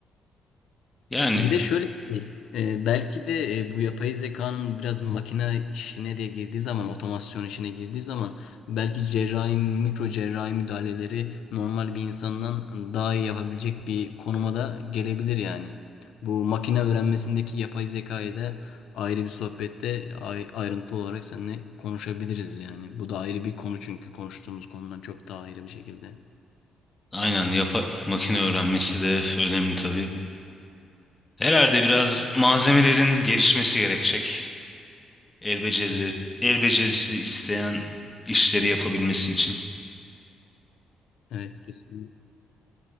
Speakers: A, on the left; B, on the left.
A: Yani
B: Bir de şöyle bir şey, e, belki de e, bu yapay zekanın biraz makine işine de girdiği zaman, otomasyon işine girdiği zaman belki cerrahi, mikro cerrahi müdahaleleri normal bir insandan daha iyi yapabilecek bir konuma da gelebilir yani. Bu makine öğrenmesindeki yapay zekayı da ayrı bir sohbette ay- ayrıntılı olarak seninle konuşabiliriz yani. Bu da ayrı bir konu çünkü konuştuğumuz konudan çok daha ayrı bir şekilde.
A: aynen yapa makine öğrenmesi de önemli tabii. Herhalde biraz malzemelerin gelişmesi gerekecek. El becerileri,
B: Evet,
A: el becerisi isteyen işleri yapabilmesi için.
B: evet kesinlikle.